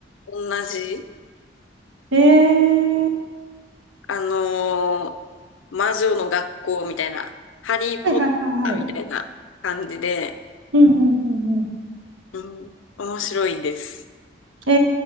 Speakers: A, on the left; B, on the right.
A: 同じ、
B: ー、えー、
A: あのー魔女の学校みたいな、ハリーポッターみたいな感じで、
B: はいはいはいはい。うん。うん。うんうん
A: うん、面白いです。
B: え